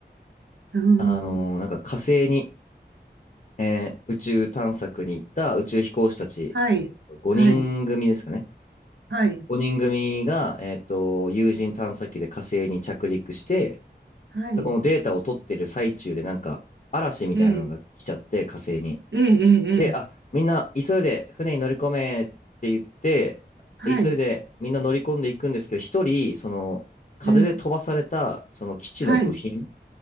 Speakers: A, on the right (about 85°); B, on the left (about 40°).
A: うーん。
B: あのーなんか火星にえー宇宙探索に行った宇宙飛行士たち、
A: はい、
B: えーと、5人組ですかね。
A: はい、はい、
B: 5人組が、えーと、有人探査機で火星に着陸して、
A: はい。
B: そこのデータを取ってる最中でなんか嵐みたいなのが来ちゃって火星に。
A: ええ、ええ、ええ、
B: で、
A: ええ
B: あ、みんな急いで船に乗り込めって言って、
A: はい、
B: 急いでみんな乗り込んでいくんですけど、一人、その風で飛ばされたその基地の部品
A: ええ、はい、